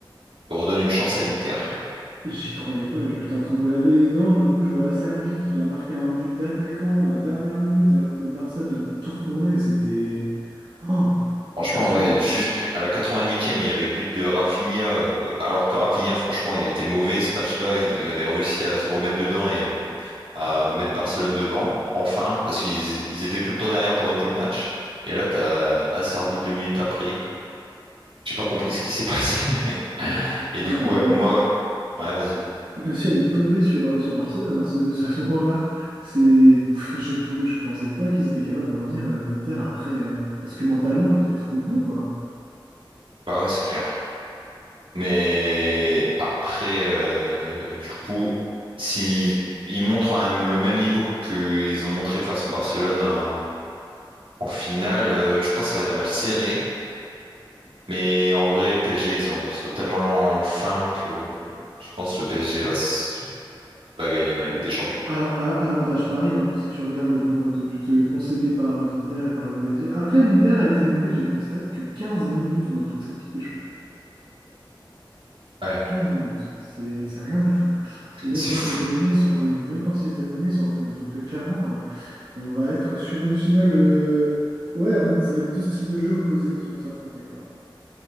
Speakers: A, on the right; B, on the right.
A: qui redonne une chance à l'Inter.
B: J'y croyais pas, je j'étais en train de me laver les dents, d'un coup je vois Acerbi qui vient marquer un but d'attaquant à la dernière minute alors que le Barça vient de tout retourner, c'était oh,
A: Franchement,
B: impressionnant.
A: ouais, juste à la 88e, il y avait but de Rafinha, euh, alors que Rafinha, franchement, il était mauvais ce match-là. Il avait réussi à se remettre dedans et à, à mettre Barcelone devant, enfin, parce qu'ils ils étaient tout le temps derrière pendant tout le match. Et là, t'as Acerbi deux minutes après. J'ai pas compris ce qui s'est <laughs> passé, mais... Et
B: Ah
A: du
B: bah
A: coup, ouais,
B: euh,
A: moi... Ouais, vas-y.
B: le ciel est tombé sur, euh, sur Barcelone hein, ce- ce- à ce moment-là. C'est pff, je pou- je pensais pas qu'ils étaient capables de revenir euh, l'Inter après euh, parce que mentalement ils devaient être au bout quoi.
A: Bah ouais, c'est clair. Mais après, euh, du coup, si ils montrent un- le même niveau qu'ils ont montré face au Barcelone en, en finale, euh, je pense que ça va être un match serré. Mais en vrai, PSG, ils ont, ils sont tellement en fin que je pense que le PSG va, s- va gagner la Ligue
B: Ah,
A: des Champions.
B: a- a- Avantage Paris, hein, si tu regardes le nombre de buts euh, concédés par euh, l'Inter et par le PSG. Après, l'Inter a été mené, j'ai vu une stat, que 15 minutes dans toute cette Ligue des Champions.
A: Ouais,
B: quinze minutes, c'est c'est rien du tout. Et même
A: c'est
B: quand
A: fou.
B: ils étaient menés, ils sont revenus. Même quand ils étaient menés, ils sont revenus. Donc euh, clairement, euh, on va être sur une finale. euh, Ouais, un- ça va être deux styles de jeu opposés qui vont s'affronter, quoi. <gasps>